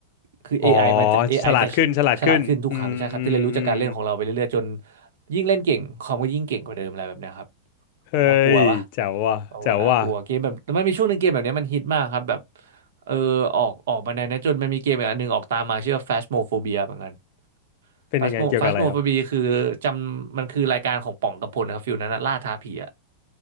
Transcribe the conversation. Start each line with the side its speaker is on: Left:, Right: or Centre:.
Right: คือ AI
Left: อ๋อ
Right: มันจะเอไอจะ
Left: ฉลาดขึ้นฉลาดขึ้นอืมอืมอืม
Right: ฉลาดขึ้นทุกครั้งใช่ครับ ที่เรียนรู้จากการเล่นของเราไปเรื่อยๆจนยิ่งเล่นเก่งคอมก็ยิ่งเก่งกว่าเดิมอะไรแบบเนี้ยครับ
Left: เฮ้ยแจ๋วว่ะแจ๋วว่ะ
Right: น่ากลัวปะโอ้น่ากลัวเกมแบบมันมีช่วงหนึ่งเกมแบบเนี้ยมันฮิตมากครับแบบเออออกออกมาแนวเนี้ยจนมันมีเกมอีกอันหนึ่งออกตามมาชื่อว่า Phasmophobia เหมือนกัน
Left: เป็นยังไงเกี่ยวกับอะไรครับ
Right: Phasmo Phasmophobia คือจำมันคือรายการของป่องกระพลนะครับฟิลนั้นนะล่าท้าผีอะ